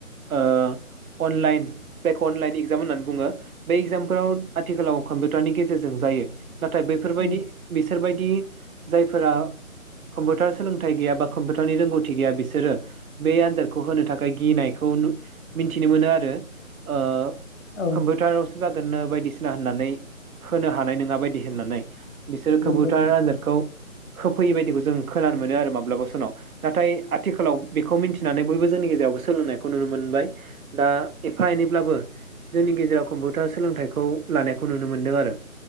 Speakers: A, on the right; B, on the left.
A: ओ अनलाइन जायखौ अनलाइन इगजाम होननानै बुङो बे इगजामफोराव आथिखालाव कम्पिउटारनि गेजेरजों जायो। नाथाय बैफोरबायदि
B: उम
A: बिस सोरबायदि जायफोरा कम्पिउटार सोलोंथाइ गैया बा कम्पिउटारनि रोंगौथि गैया बिसोरो बे आनजादखौ होनो थाखाय गिनायखौ नु मिनथिनो मोनो आरो ओ
B: औ
A: कम्पिउटारावसो जागोननो बाय दिसिना होननानै होनो हानाय नङा बायदि होननानै बिसोरो कम्पिउटार
B: नंगौ नोंथां
A: आनजादखौ होफैयि बायदिखौ जों खोनानो मोनो आरो माब्लाबा समाव नाथाय आथिखालाव बेखौ मिन्थिनानै बयबो जोंनि गेजेरावबो सोलोंनायखौ नुनो मोनो बाय दा एफा एनैब्लाबो जोंनि गेजेराव कम्पिउटार सोलोंथाइखौ लानायखौ नुनो मोनदों आरो